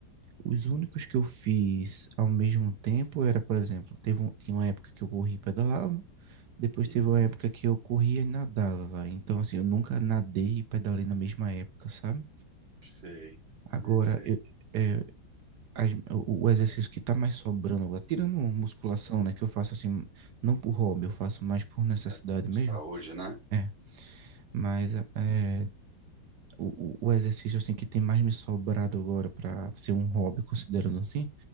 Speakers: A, on the right; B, on the right.
A: os únicos que eu fiz ao mesmo tempo era, por exemplo, teve um, tinha uma época que eu corri e pedalava, depois
B: Uhum.
A: teve uma época que eu corria e nadava. Então, assim, eu nunca nadei e pedalei na mesma época, sabe?
B: Sei,
A: Agora,
B: sei, sei.
A: eu, é, as- o o exercício que tá mais sobrando agora, tirando musculação, né, que eu faço assim, não por hobby, eu faço mais por necessidade
B: É,
A: mesmo,
B: Saúde, né?
A: é. Mas é, o, o o exercício assim que tem mais me sobrado agora para ser um hobby, considerando assim,